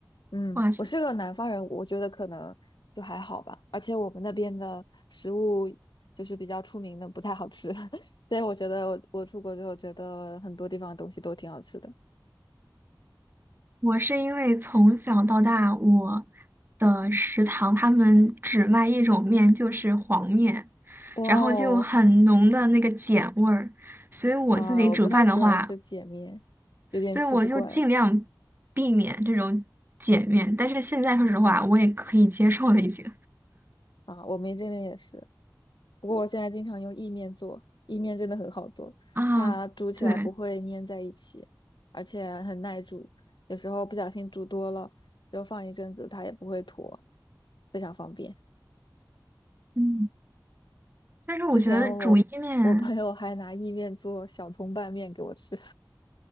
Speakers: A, on the left; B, on the right.
A: 嗯，
B: 哇塞，
A: 我是个南方人，我觉得可能就还好吧。而且我们那边的食物就是比较出名的，不太好吃。<laughs> 所以我觉得我我出国之后，觉得很多地方的东西都挺好吃的。
B: 我是因为从小到大，我的食堂他们只卖一种面，就是黄面，
A: 哇哦，
B: 然后就很浓的那个碱味儿，所以我自己煮饭的话，
A: 啊，我不太喜欢吃碱面，有点吃不惯
B: 对，我就尽量避免这种碱面。但是现在说实话，我也可以接受了，已经
A: 啊。我们这边也是。不过我现在经常用意面做，意面真的很好做，
B: <laughs> 啊，
A: 它煮起来不会粘在一起，
B: 对，
A: 而且很耐煮，有时候不小心煮多了，就放一阵子它也不会坨，非常方便。
B: 嗯，但是我觉得煮意面。
A: 之前我我朋友还拿意面做小葱拌面给我吃，